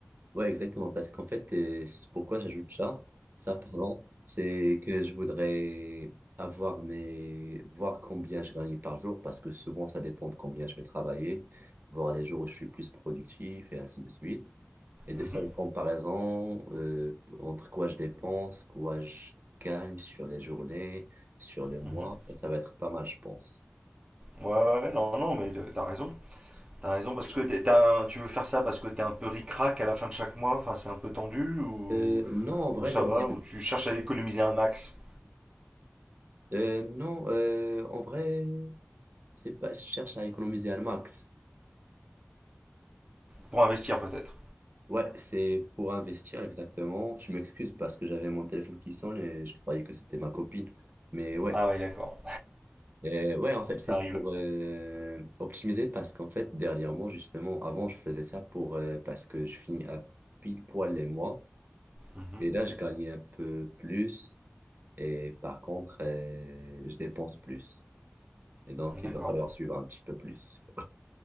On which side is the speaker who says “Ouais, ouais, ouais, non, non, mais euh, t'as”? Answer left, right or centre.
Right